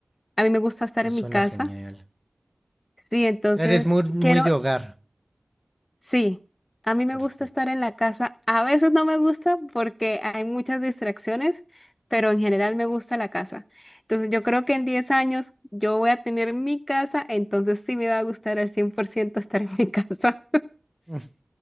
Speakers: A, on the left; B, in the centre.
A: A mí me gusta estar
B: eso
A: en
B: suena
A: mi casa.
B: genial.
A: Sí, entonces
B: O sea, eres muy,
A: quiero
B: muy de hogar.
A: Sí, a mí me
B: Perfecto.
A: gusta estar en la casa. A veces no me gusta porque hay muchas distracciones, pero en general me gusta la casa. Entonces yo creo que en 10 años yo voy a tener mi casa, entonces sí me va a gustar al 100% estar en mi <laughs> casa.
B: Ujú,